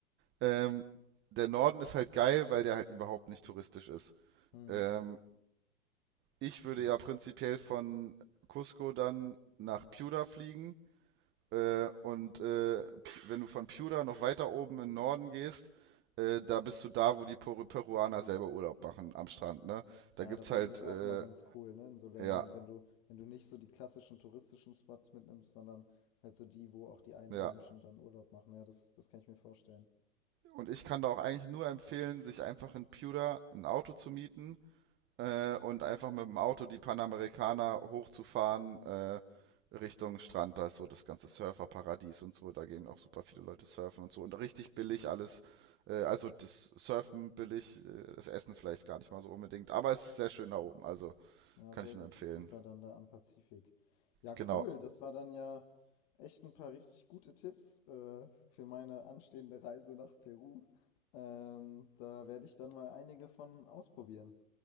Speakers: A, on the right (about 25°); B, on the left (about 40°).
A: Ähm, der Norden ist halt geil, weil der halt überhaupt nicht touristisch ist.
B: Mhm,
A: Ähm, Ich
B: stimmt.
A: würde ja prinzipiell von Cusco dann nach Piura fliegen. Äh, und äh, P- wenn du von Piura noch weiter oben in den Norden gehst, äh, da bist du da, wo die Peru Peruaner selber Urlaub machen am Strand, ne? Da
B: Ja,
A: gibt's
B: das ist
A: halt,
B: eigentlich
A: äh,
B: auch immer ganz cool, ne, in so Ländern,
A: ja,
B: wenn du, wenn du nicht so die klassischen touristischen Spots mitnimmst, sondern halt so die, wo auch die Einheimischen
A: ja.
B: dann Urlaub machen. Ja, das, das kann ich mir vorstellen.
A: Und ich kann da auch eigentlich nur empfehlen, sich einfach in Piura ein Auto zu mieten äh, und einfach mit dem Auto die Panamericana hochzufahren äh, Richtung Strand. Da ist so das ganze Surferparadies und so. Da gehen auch super viele Leute surfen und so. Und richtig billig alles. Äh, also das Surfen billig, äh, das Essen vielleicht gar nicht mal so unbedingt. Aber es ist sehr schön da oben. Also
B: Ja,
A: kann
B: sehr
A: ich nur
B: gut.
A: empfehlen.
B: Das ist ja dann da am Pazifik. Ja,
A: Genau.
B: cool. Das war dann ja echt ein paar richtig gute Tipps äh, für meine anstehende Reise nach Peru. Ähm, da werde ich dann mal einige von ausprobieren.